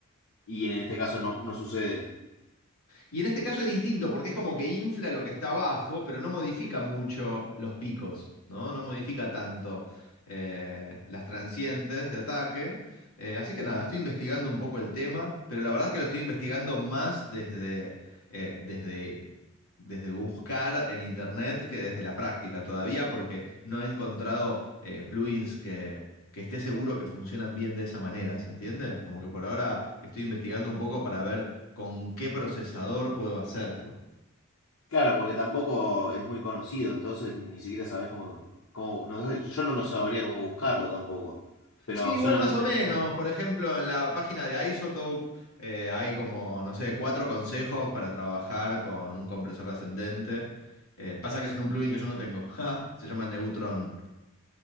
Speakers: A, on the left (about 65°); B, on the left (about 85°).
A: Y en este caso no, no sucede.
B: Y en este caso es distinto porque es como que infla lo que está abajo, pero no modifica mucho los picos, ¿no? No modifica tanto eh, las transientes de ataque. Eh, así que nada, estoy investigando un poco el tema, pero la verdad es que lo estoy investigando más desde, eh, desde, desde buscar en internet que desde la práctica todavía, porque no he encontrado eh, plugins que, que esté seguro que funcionan bien de esa manera, ¿se entiende? Como que por ahora estoy investigando un poco para ver con qué procesador puedo hacerlo.
A: Claro, porque tampoco es muy conocido, entonces ni siquiera sabés cómo, cómo, no sé, yo no lo sabría cómo buscarlo tampoco. Pero
B: Sí, igual
A: suena
B: más
A: muy
B: o
A: interesante.
B: menos. Por ejemplo, en la página de Isotope eh, hay como, no sé, cuatro consejos para trabajar con un compresor ascendente. Eh, pasa que es en un plugin que yo no tengo. <laughs> Ja, Se llama Neutron.